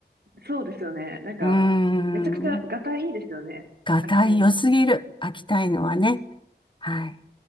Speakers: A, on the right; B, on the left.
A: そうですよね。なんか、
B: うーん。
A: めちゃくちゃ、ガタイいいですよね。
B: がたい良すぎる。
A: 秋田犬。
B: 秋田いのはね。はい。